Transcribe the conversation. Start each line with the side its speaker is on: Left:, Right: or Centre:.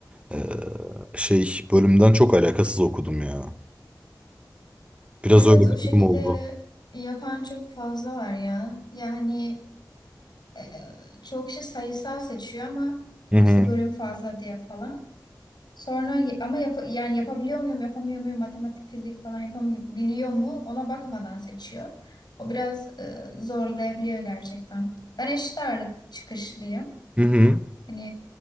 Right: Ee, şey bölümden çok alakasız okudum ya. Biraz
Left: Evet
Right: öyle
Left: o
Right: bir
Left: şekilde
Right: durum oldu.
Left: yapan çok fazla var ya. Yani e, çok kişi sayısal seçiyor ama
Right: Hı hı.
Left: işte bölüm fazla diye falan. Sonra ama yap yani yapabiliyor muyum, yapamıyor muyum, matematik, fizik falan yapabiliyor mu ona bakmadan seçiyor. O biraz e, zorlayabiliyor gerçekten. Ben eşit ağırlık çıkışlıyım.
Right: Hı hı.
Left: Hani